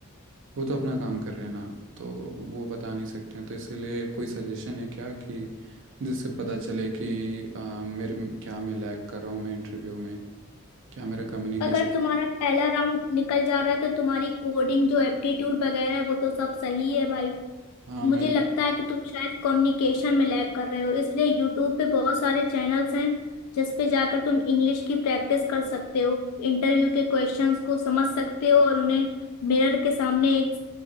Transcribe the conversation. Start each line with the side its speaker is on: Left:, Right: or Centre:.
Right: वो तो अपना काम कर रहे हैं ना तो वो बता नहीं सकते हैं तो इसीलिए कोई सजेशन है क्या कि जिससे पता चले कि आ, मेरे में- क्या मैं लैग कर रहा हूँ मैं इंटरव्यू में क्या मेरा कम्युनिकेशन
Left: अगर तुम्हारा पहला राउंड निकल जा रहा है तो तुम्हारी कोडिंग जो एप्टीट्यूड वगैरह है वो तो सब सही है भाई
Right: <laughs> हाँ मैं
Left: मुझे लगता है कि तुम शायद कम्युनिकेशन में लैग कर रहे हो इसलिए यूट्यूब पे बहुत सारे चैनल्स हैं जिस पे जाकर तुम इंग्लिश की प्रैक्टिस कर सकते हो इंटरव्यू के क्वेश्चंस को समझ सकते हो और उन्हें मिरर के सामने एक